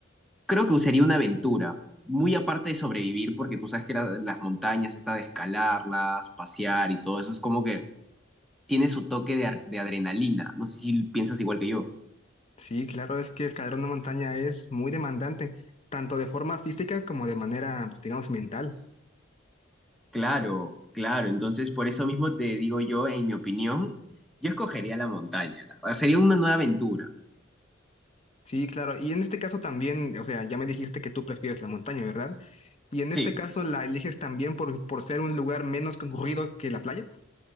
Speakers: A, in the centre; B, on the left.
A: creo que sería una aventura, muy aparte de sobrevivir, porque tú sabes que la- las montañas, esta de escalarlas, pasear y todo eso, es como que tiene su toque de, ar- de adrenalina. No sé si piensas igual que yo.
B: Sí, claro, es que escalar una montaña es muy demandante, tanto de forma física como de manera, pues, digamos, mental.
A: Claro, claro. Entonces, por eso mismo te digo yo, en mi opinión, yo escogería la montaña. la verdad. Sería una nueva aventura.
B: Sí, claro, y en este caso también, o sea, ya me dijiste que tú prefieres la montaña, ¿verdad? Y en
A: Sí.
B: este caso la eliges también por, por ser un lugar menos concurrido que la playa,